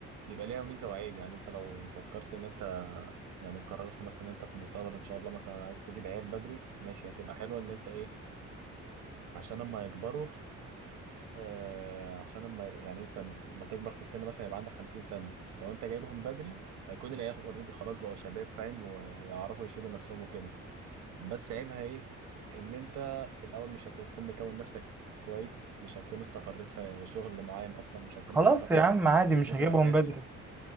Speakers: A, on the right; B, in the centre.
A: بيبقى ليها ميزه وعيب يعني انت لو فكرت ان انت يعني قررت مثلا ان انت في المستقبل ان شاء الله مثلا عايز تجيب عيال بدري ماشي هتبقى حلوه ان انت ايه عشان اما يكبروا آه عشان اما يعني انت لما تكبر في السن مثلا يبقى عندك 50 سنه لو انت جايبهم بدري هيكون العيال اوريدي خلاص بقوا شباب فاهم ويعرفوا يشيلوا نفسهم وكده بس عيبها ايه ان انت في الاول مش هتكون مكون نفسك كويس مش هتكون استقريت في شغل معين اصلا مش هتكون
B: خلاص
A: استقريت
B: يا عم عادي
A: في
B: مش
A: البيت
B: هجيبهم
A: الاساسي
B: بدري